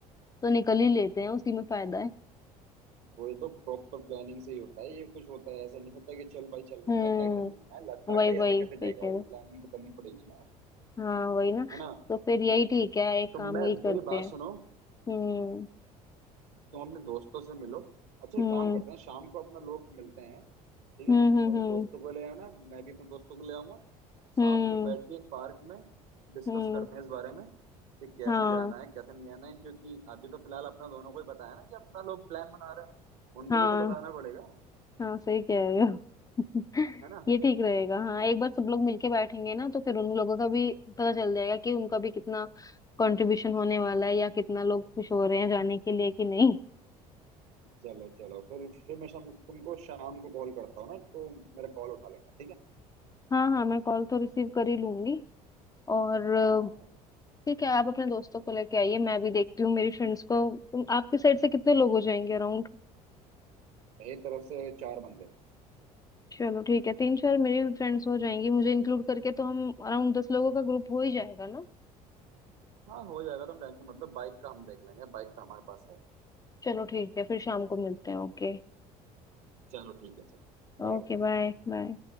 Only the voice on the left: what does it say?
तो निकल ही लेते हैं उसी में फायदा है
हम्म
वही
वही
सही
कह
रहे हो।
हाँ वही ना
तो फिर यही ठीक है एक
काम
यही
करते
हैं
हम्म
हम्म
हम्म
हम्म
हम्म
हम्म
हम्म,
हाँ
हाँ
हाँ सही कह रहे हो <laughs>
ये ठीक रहेगा हाँ एक बार सब लोग मिलके बैठेंगे ना तो फिर उन लोगों का भी पता चल जाएगा कि उनका भी कितना कंट्रीब्यूशन होने वाला है या कितना लोग खुश हो
रहे हैं जाने के लिए कि नहीं
हाँ हाँ मैं कॉल तो रिसीव कर ही लूंगी और अ,
ठीक है आप अपने दोस्तों को लेके आइए मैं भी देखती हूँ मेरी फ्रेंड्स को तुम आपकी साइड से कितने लोग हो जाएंगे अराउंड
चलो ठीक है तीन चार मेरी भी फ्रेंड्स हो जाएंगी मुझे इंक्लूड करके तो हम अराउंड दस लोगों का ग्रुप हो ही जाएगा ना
चलो ठीक है फिर शाम को मिलते हैं ओके
Okay
bye bye